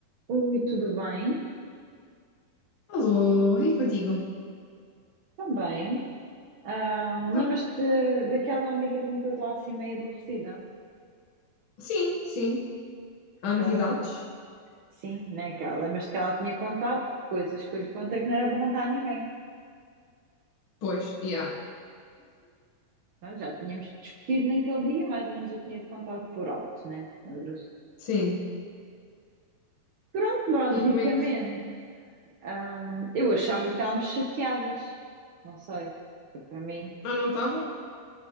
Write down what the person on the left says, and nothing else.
Alô, e contigo?
Então,
sim, sim. Há
novidades?
Pois, e há.
Sim.
E como é que.
Ah, não estavam?